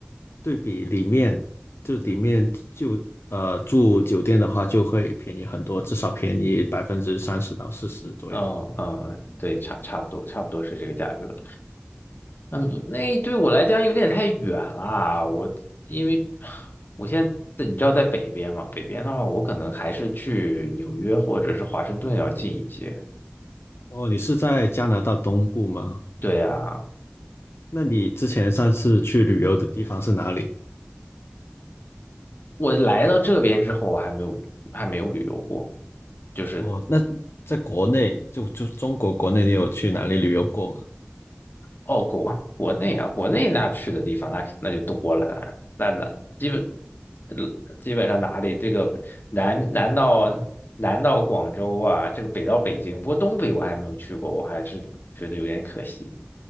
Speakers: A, on the left; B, on the left.
A: 对比里面，就里面就呃住酒店的话，就会便宜很多，至少便宜百分之三十到四十左右。
B: 嗯嗯，对，差差不多差不多是这个价格。嗯，那对我来讲有点太远了。我因为我现在在你知道在北边嘛，北边的话，我可能还是去纽约或者是华盛顿要近一些。
A: 哦，你是在加拿大东部吗？
B: 对啊，
A: 那你之前上次去旅游的地方是哪里？
B: 我来到这边之后，我还没有还没有旅游过，就是
A: 哦，那在国内，就就中国国内，你有去哪里旅游过吗？
B: 哦，国国内啊，国内那去的地方那那就多了，那那基本呃基本上哪里这个南南到南到广州啊，这个北到北京，不过东北我还没有去过，我还是觉得有点可惜。